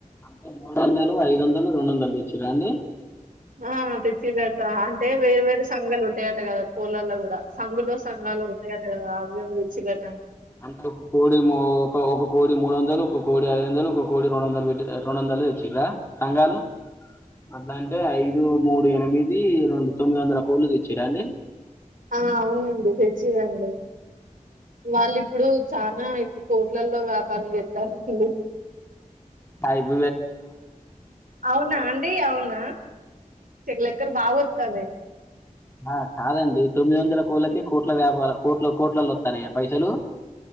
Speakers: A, on the left; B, on the right.
A: అంటే మూడు వందలు ఐదు వందలు రెండు వందలు తెచ్చరా అండి
B: ఆ తెచ్చిలా అంటే వే వేరు సంఘాలు ఉంటా అంత కదా పోలల్లో కూడా సంఘులో సంఘాలు ఉంటాయట కదా అవేవో తెచ్చిరట
A: అంటే ఒక కోడి ఒక ఒక కోడి మూడు వందలు ఒక కోడి ఐదు వందలు ఒక కోడి రెండు వందలు పెట్టి రెండు వందలు తెచ్చరా సంఘాలు అట్లా అంటే ఐదు మూడు ఎనిమిది రెండు తమి అంద కోలుచ్చ ఇక్కడ వేరే విధంగా ఉంది వాయిస్ రికార్డ్ లో వేరే విధంగా ఉంది తొమ్మిదివందల కోళ్లు తెచ్చింలు కిరాణ
B: ఆ అవునండి తెచ్చిదండి వాళ్ళు ఇప్పుడు చనా ఇప్పుడు కోట్లల్లో వ్యాపారం చేస్తారండి.
A: సాయిబ
B: అవునా అండి అవునా లెక్కల బాగా వస్తున్నాయి
A: ఆ కాదండి తొమ్మిది వందల కోళ్ళకి కోట్ల వ్యాపార కోట్ల కోట్లలో వస్తానయ పైసలు